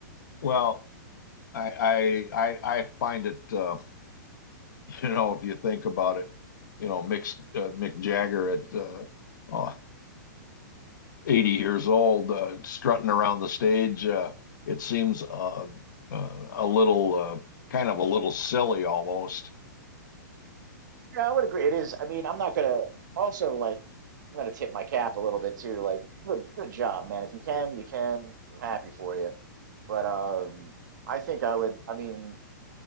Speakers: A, on the left; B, on the right.
A: well, I I I, I find it. Uh, <laughs> you know, if you think about it, you know, Mick, uh, Mick Jagger at uh, uh, 80 years old, uh, strutting around the stage, uh, it seems uh, uh, a little, uh, kind of a little silly almost.
B: Yeah, I would agree. It is. I mean, I'm not gonna also like I'm gonna tip my cap a little bit too. Like, good good job, man. If you can, you can. I'm happy for you. But um I think I would I mean,